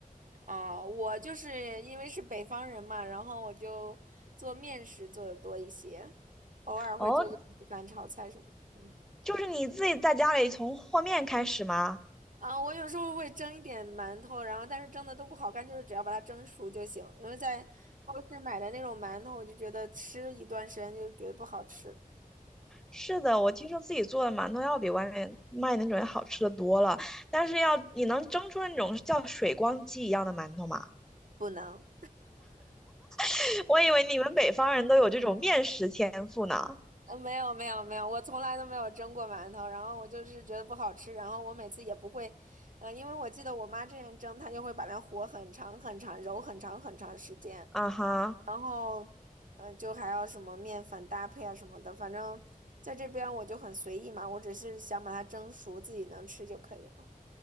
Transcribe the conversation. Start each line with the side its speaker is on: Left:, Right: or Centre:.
Right: 啊，我就是因为是北方人嘛，然后我就做面食做的多一些，偶尔会做做米饭、
Centre: 哦，
Right: 炒菜什么的。嗯，
Centre: 就是你自己在家里从和面开始吗？
Right: 啊，我有时候会蒸一点馒头，然后但是蒸的都不好看，就是只要把它蒸熟就行。因为在超市买的那种馒头，我就觉得吃一段时间就觉得不好吃，
Centre: 是的，我听说自己做的馒头要比外面卖的那种要好吃的多了，但是要你能蒸出那种叫水光肌一样的馒头吗？
Right: 不能。
Centre: <laughs> 我以为你们北方人都有这种面食天赋呢。
Right: 呃，没有没有没有，我从来都没有蒸过馒头，然后我就是觉得不好吃，然后我每次也不会，嗯、因为我记得我妈之前蒸，她就会把它和很长很长，揉很长很长时间，
Centre: 啊哈。
Right: 然后，嗯、就还要什么面粉搭配啊什么的，反正在这边我就很随意嘛，我只是想把它蒸熟，自己能吃就可以了。